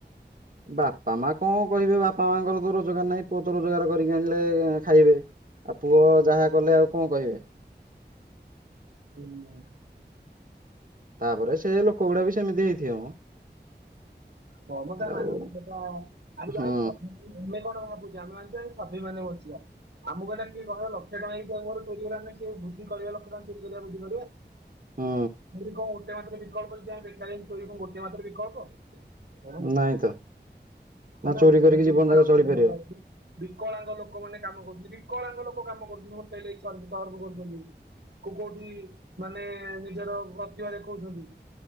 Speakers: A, on the right; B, on the right.
A: ବାପାମାଆ କଣ କହିବେ ବାପାମାଙ୍କର ତ ରୋଜଗାର ନାହିଁ ପୁଅ ତ ରୋଜଗାର କରିକି ଆଣିଲେ ଖାଇବେ। ଆଉ ପୁଅ ଯାହା କଲେ ଆଉ କଣ କହିବେ।
B: ହୁଁ ହୁଁ।
A: ତାପରେ ସେ ଲୋକଗୁଡା ବି ସେମିତି ହେଇଥିବେ ମ।
B: ହଁମ ତା
A: ଆଉ
B: ମାନସିକ ତ ଆଜି
A: ହୁଁ
B: ଜଣେ <inaudible> ତୁମେ କଣ ଭାବୁଚ ଆମେମାନେ ଚାଏ ସ୍ୱାଭିମାନରେ ବଞ୍ଚିବା। ଆମକୁ ଗୋଟେ କିଏ କହିବ ଲକ୍ଷେ ଟଙ୍କାଇ ତୋର ମୋର ଚୋରି କରିବା ପାଇଁ ସେ ବୁଦ୍ଧି କରିବା ଲକ୍ଷେ ଟଙ୍କା ଚୋରି କରିବା ବୁଦ୍ଧି କରିବା?
A: ହୁଁ
B: ଚୋରି କଣ ଗୋଟେ ମାତ୍ର ବିକଳ୍ପ ଯଦି ଆମେ ବେକାରୀ ଅଛୁ ଚୋରି କଣ ଗୋଟିଏ ମାତ୍ର ବିକଳ୍ପ? ଆଁ
A: ନାଇଁ ତ ନା
B: ଆମେ
A: ଚୋରି
B: <unintelligible>
A: କରିକି ଜୀବନ
B: ଇଚ୍ଛାପୂର୍ନ
A: ଯାକ ଚଳିପାରିବ।
B: ପା ଏଠି। ବିକଳାଙ୍ଗ ଲୋକମାନେ କାମ କରୁଚନ୍ତି ବିକଳାଙ୍ଗ ଲୋକ କାମ କରୁଚନ୍ତି ହୋଟେଲେ ଯାଇ ସର୍ବ ସର୍ଭ କରୁଚନ୍ତି। ତୁ କୋଉଠି ମାନେ ନିଜର ପ୍ରତିଭା ଦେଖୋଉଛନ୍ତି।